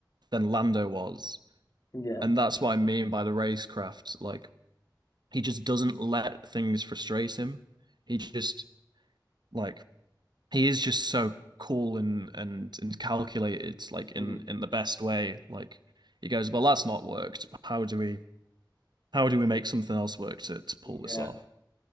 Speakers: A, on the right; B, on the left.
A: than Lando was.
B: Yeah.
A: And that's what I mean by the racecraft. Like he just doesn't let things frustrate him. He just like he is just so cool and and and calculated like in
B: Mm.
A: in the best way. Like he goes, well, that's not worked. How do we how do we make something else work to to pull this
B: Yeah.
A: off?